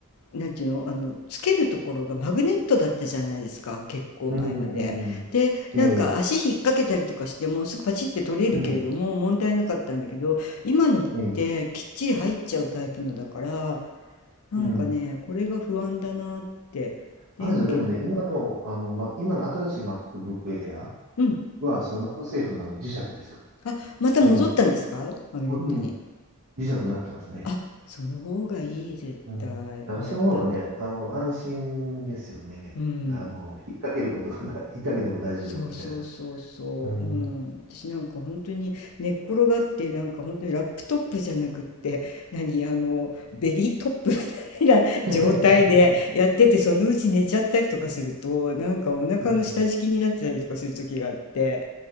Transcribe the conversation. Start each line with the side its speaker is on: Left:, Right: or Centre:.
Left: なんていうの、あの、つけるところがマグネットだったじゃないですか、結構前まで。
Right: うん。
Left: で、
Right: ええ、
Left: なんか足引っ掛けたりとかしてもすぐパチって取れるけれども問題なかったんだけど、
Right: うん。
Left: 今のってきっちり入っちゃうタイプのだから、
Right: ええ、
Left: なんかね、
Right: うん。
Left: これが不安だなって。電源、
Right: あれですよ、でもね、今の、あの、ま、今の新しい MacBook Air
Left: うん。
Right: は、そのマグセーフのあの磁石ですよ。
Left: あ、また戻ったんですかマグネットに。
Right: 電源。うん。磁石になってますね。
Left: あ、その方がいい、絶対。
Right: うん。だからその方がね、
Left: あやっぱり、
Right: あの、安心ですよね。
Left: うん。
Right: あの、引っ掛けることがない、<laughs> 引っ掛けても大丈夫みたいな。
Left: そうそうそうそう、
Right: うん。
Left: うん、私なんか本当に寝っ転がってなんか本当にラップトップじゃなくって何あのベリートップみたいな <laughs>
Right: <laughs>
Left: 状態でやっててそのうち寝ちゃったりとかするとなんかお腹の下敷きになってたりとかする時があって
Right: うん。